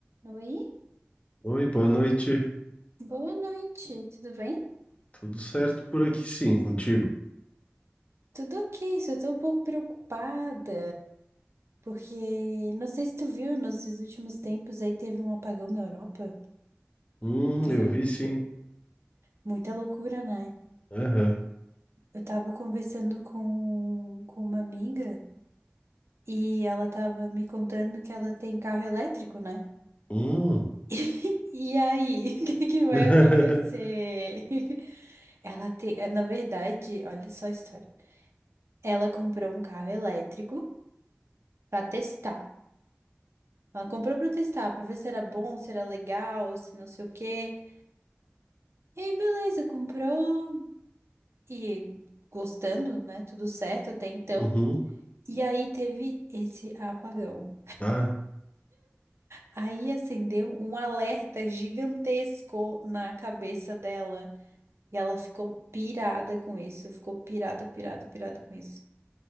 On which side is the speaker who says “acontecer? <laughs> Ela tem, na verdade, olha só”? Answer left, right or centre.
Right